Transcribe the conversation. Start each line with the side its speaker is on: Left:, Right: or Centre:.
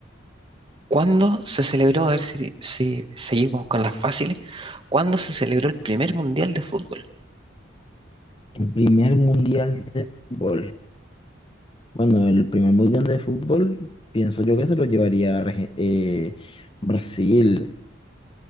Right: ¿cuándo se celebró? A ver si, si seguimos con las fáciles. ¿Cuándo se celebró el primer mundial de fútbol?
Left: El primer mundial de fútbol. Bueno, el primer mundial de fútbol, pienso yo que se lo llevaría Arge- eh, Brasil